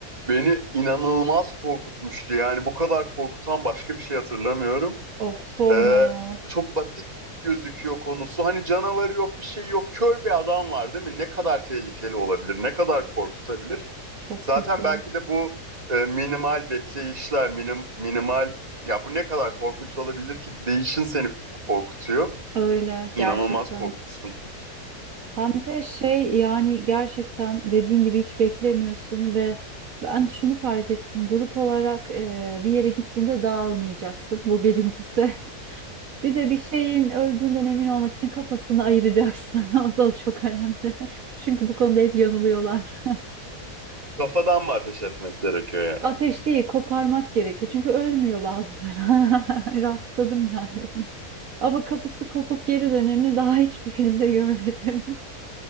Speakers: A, on the right; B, on the right.
A: Beni inanılmaz korkutmuştu. Yani bu kadar korkutan başka bir şey hatırlamıyorum.
B: Of sorma
A: Ee,
B: ya.
A: çok basit gözüküyor konusu. Hani canavarı yok, bir şey yok. Kör bir adam var değil mi? Ne kadar tehlikeli olabilir? Ne kadar korkutabilir?
B: Çok
A: Zaten
B: kötü.
A: belki de bu e, minimal bekleyişler, minim, minimal ya bu ne kadar korkunç olabilir ki değişin seni korkutuyor.
B: Öyle
A: İnanılmaz
B: gerçekten.
A: korkmuştum.
B: Hem de şey yani gerçekten dediğin gibi hiç beklemiyorsun ve ben şunu fark ettim. Grup olarak eee, bir yere gittiğinde dağılmayacaksın. Bu birincisi. <laughs> Bir de bir şeyin öldüğünden emin olmak için kafasını ayıracaksın. <laughs> O da çok önemli. <laughs> Çünkü bu konuda hep yanılıyorlar.
A: Kafadan mı ateş etmek gerekiyor
B: Ateş
A: yani?
B: değil, koparmak gerekiyor. Çünkü ölmüyor bazıları. <laughs> Rastladım yani bunu. Ama kafası kopup geri döneni daha hiçbir filmde görmedim.